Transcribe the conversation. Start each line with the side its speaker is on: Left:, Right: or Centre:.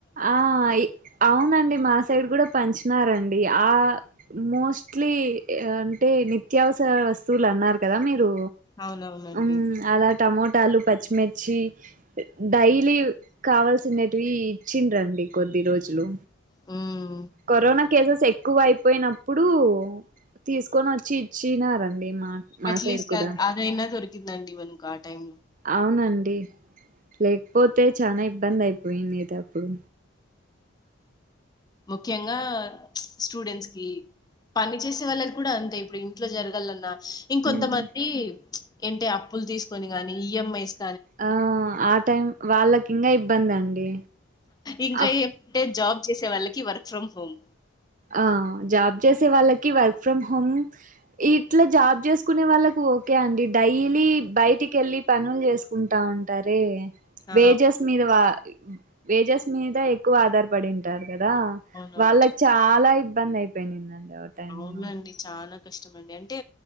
Right: ఆ అవునండి మా సైడ్ కూడా పంచినారండి ఆ మోస్ట్లీ అంటే నిత్యావసర వ వస్తువులు అన్నారు కదా మీరు
Left: అవునవునండి
Right: ఉ అలా టమోటాలు పచ్చిమిర్చి డైలీ కావాల్సిండేటివి ఇచ్చిండి రండి కొద్ది రోజులు
Left: మ్మ్
Right: కరోనా కేసెస్ ఎక్కువ అయిపోయినప్పుడు తీసుకొని వచ్చి చినారండి మా మా
Left: ఆట్
Right: సైడ్
Left: లిస్ట్
Right: కూడా
Left: అది అయినా దోరి తినాల అండి వాళ్ళకా టైం
Right: అవునండి లేక్పొతే చనా ఇబ్బంది అయ్యేది పోయింది కదా అప్పుడు
Left: ముఖ్యంగా స్టూడెంట్స్ కి పని చేసే వాళ్ళకి కూడా అంతే ఇప్పుడు ఇంట్లో జరగాలన్న ఇంకొంతమంది
Right: ఉమ్,
Left: ఏంటే అప్పులు తీసుకొని గాని ఈఎంఐ స్
Right: ఆ ఆ టైం వాళ్ళకి ఇంకా ఇబ్బంది అండి
Left: ఇంకా
Right: అప్
Left: ఏమంటే జాబ్ చేసే వాళ్ళు కి వర్క్ ఫ్రం హోమ్
Right: ఆ జాబ్ చేసే వాళ్ళకి వర్క్ ఫ్రమ్ హోమ్ ఇట్లా జాబ్ చేసుకునే వాళ్ళకి ఓకే అండి డైలీ బయటికి వెళ్ళి పనులు చేసుకుంటా ఉంటారే వేజస్
Left: ఆ
Right: మీద వా వేజస్ మీద ఎక్కువ ఆధారపడింటారు కదా
Left: అవునవును
Right: వాళ్ళకి చాల ఇబ్బంది అయిపోయినిందండి ఆ టైమ్
Left: అవునండి
Right: లో
Left: చాల కష్టమండి అంటే